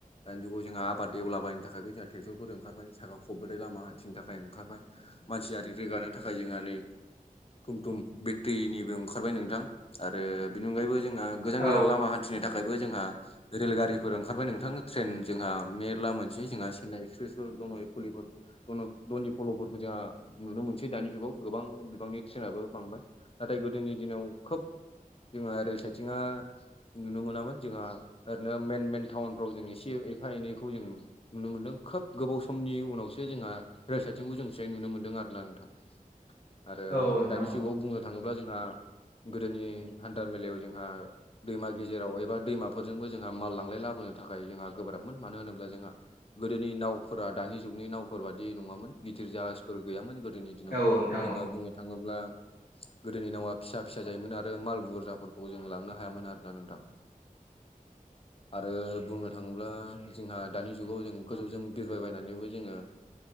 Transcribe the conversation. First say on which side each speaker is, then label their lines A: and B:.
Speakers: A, on the left; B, on the left.
A: दानि जुगाव जोंहा आबाद देलाबायनो थाखायबो जोंहा ट्रेक्टरफोर ओंखारबाय साखा खब्रै लामा हाथिनि थाखाय ओंखारबाय मानसियारि रोगानो थाखाय जोंहा नै थुम थुम बेट्रिनिबो ओंखारबाय नोंथां आरो बेनि अनगायैबो जोंहा गोजान
B: औ
A: गोजान लामा हान्थि फथिनो थाखायबो जोंहा रेलगारिफोर ओंखारबाय नोंथां ट्रेन जोंहा मेरला मोनसे जोंहा चेन्नाइ एक्सप्रेसफोर दङ कलिप धक धनि फल'फोरबो जोंहा नुनो मोनसै दानि जुगाव गोबां बिबांनि ट्रेनाबो बांबाय नाथाय गोदोनि दिनाव खोब जोंहा ओरै साइथिंहा नुनो मोनामोन जोंहा ओरैनो मेन मेन टाउनफ्राव जों एसे एफा एनैखौ जों नुनो मोनदों खोब गोबाव समनि उनावसो जोंहा रैसथिंखौ जों फसाय नुनो मोन्दों आरोना नोंथां आरो
B: औ नोंथां
A: दानि
B: औ
A: जुगाव बुंनो थाङोब्ला जोंहा गोदोनि हान्था मेलायाव जोंहा दैमा गेजेराव एबा दैमाफोरजोंबो जोंहा माललांलाय लाबोनो थाखाय जोंहा गोब्राबमोन मानो होनोब्ला जोंहा गोदोनि नावफोरा दानि जुगनि नावफोर बादि नङामोन गिदिर जाहाजफोर गैयामोन गोदोनि जोंहा
B: औ नोंथां औ
A: बुंनो थाङोब्ला गोदोनि नावा फिसा फिसा जायोमोन आरो माल बुरजाफोरखौ जों लांनो हायामोन आरोोना नोंथां। आरो बुंनो थाङोब्ला जोंहा दानि जुगाव जों गोजौजों बिरबायबायनानैबो जोङो